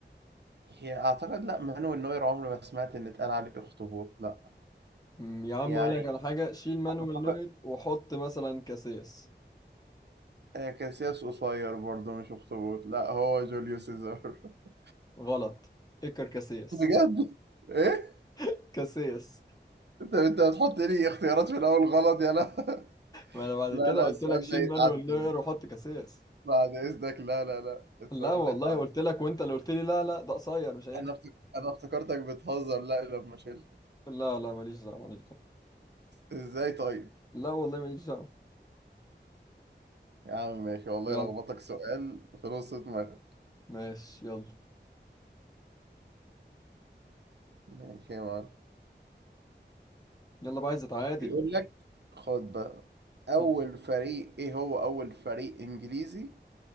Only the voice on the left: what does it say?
أمم، يا عم
أقول لك على حاجة شيل مانويل
نوير وحط مثلا كاسياس
غلط اكر كاسياس
<laughs> كاسياس
ما أنا بعد
كده
قلت
لك شيل
مانويل نوير وحط كاسياس
لا والله
قلت لك وانت اللي قلت لي لا لا ده قصير مش هينفع
لا لا ماليش دعوه ماليش دعوه
لا والله ماليش دعوه
يلا
ماشي يلا
يلا بقى عايز اتعادل
<laughs>